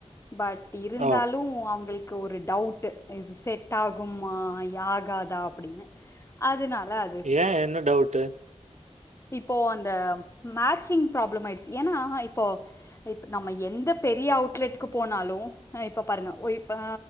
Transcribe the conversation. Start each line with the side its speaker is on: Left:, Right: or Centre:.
Left: பட் இருந்தாலு
Right: ஓ!
Left: அவுங்ளுக் கு ஒரு டவுட்டு இது செட் ஆகும்மா ஆகாதா அப்டின்னு அதுனால அத்
Right: ஏன் என்ன டவுட்டு
Left: இப்போ அந்த மேச்சிங் ப்ராப்ளம் ஆய்டிச்சு ஏன்னா இப்போ இப் நம்ம எந்த பெரிய அவுட்லெட்டுக்கு லனாலும் அ இப்போ பாருங்க இப்போ